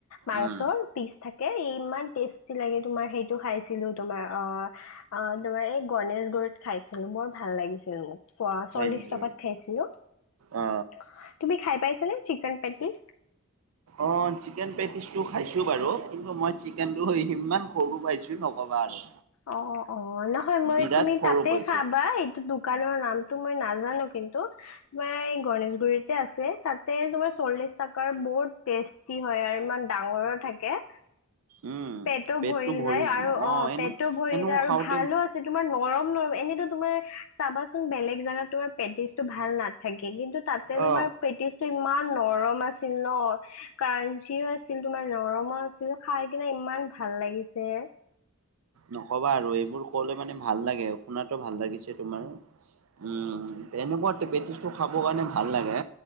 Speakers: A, on the left; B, on the right.
A: মাংসৰ
B: উম
A: পিচ থাকে কে ইমান টেষ্ট টেষ্টি লাগে তোমাৰ সেইটো খাইছিলো তোমাৰ অ অ অ তোমাৰ এই গণেশগুৰিত খাইছিলো বৰ ভাল ভাল লাগিছিলে নে নাই চোৱা
B: হয়
A: চল্লিশ
B: নেকি
A: টকাত খাইছিলো
B: অ
A: আহ তুমি খাই পাইছা নে চিকন পেটিছ
B: অ চিকেন পেটিছটো খাইছো বাৰু কিন্তু মই চিকেনটো হিহি ইমান সৰু পাইছো নকবা আৰু
A: অ অ, নহয় মই
B: বিৰাট
A: তুমি
B: সৰু
A: তাতে
B: পাইছো
A: খাবা এইটো দোকানৰ নাম সেইটো মই নাজানো কিন্তু তোমাৰ এই গণেশগুৰিতে আছে তাতে তোমাৰ চল্লিশ টাকাৰ বহু বহুত টেষ্টি হয় আৰু ইমান ডাঙৰো থাকে।
B: উম
A: পেটো
B: পেটটো
A: ভৰি
B: ভৰিছে
A: যায় আৰু অ
B: এনে
A: পেটো ভৰি
B: এনে
A: যায় আৰু
B: খাওঁতে
A: ভালো আছে তোমাৰ ন গৰম নৰম এনেতো তোমাৰ চাবাচোন বেলেগ জাগাত তোমাৰ পেটিছটো ভাল নাথাকে কিন্তু তাতে
B: অ
A: তোমাৰ পেটিছটো ইমান নৰম আছিল ন ক্ৰাঞ্চীও আছিল তোমাৰ নৰমো আছিল খাই কিনে ইমান ভাল লাগিছে।
B: নকবা আৰু এইবোৰ কলে মানে ভাল লাগে শুনাতো ভাল লাগিছে তোমাৰ উম উ উ এনেকুৱাতে পেটিছটো খাব কাৰণে ভাল লাগে।